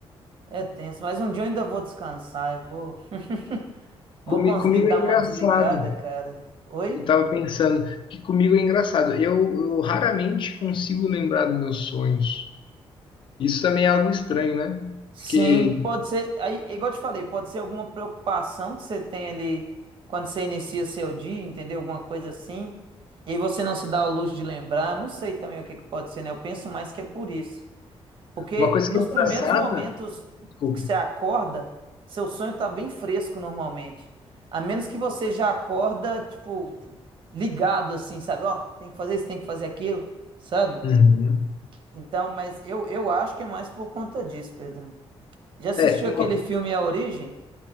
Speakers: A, on the right; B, on the left.
A: é tenso. Mas um dia eu ainda vou descansar. Eu vou. <laughs>
B: Comi-
A: Vou conseguir
B: comigo
A: dar
B: é
A: uma
B: engraçado.
A: desligada, cara. Oi?
B: Eu estava pensando que comigo é engraçado. Eu, eu raramente consigo lembrar dos meus sonhos. Isso também é algo estranho, né?
A: Sim,
B: Porque
A: pode ser. Aí, é igual eu te falei, pode ser alguma preocupação que você tem ali quando você inicia seu dia, entendeu? Alguma coisa assim. E aí você não se dá o luxo de lembrar. Não sei também o que que pode ser, né? Eu penso mais que é por isso. Porque
B: uma coisa
A: nos
B: que é engraçada.
A: primeiros momentos
B: Desculpa.
A: que você acorda, seu sonho tá bem fresco normalmente. A menos que você já acorda, tipo, ligado assim, sabe? Ó, tem que fazer isso, tem que fazer aquilo, sabe?
B: Uhum.
A: Então, mas eu, eu acho que é mais por conta disso, Pedro. Já assistiu
B: É, uma...
A: aquele filme A Origem?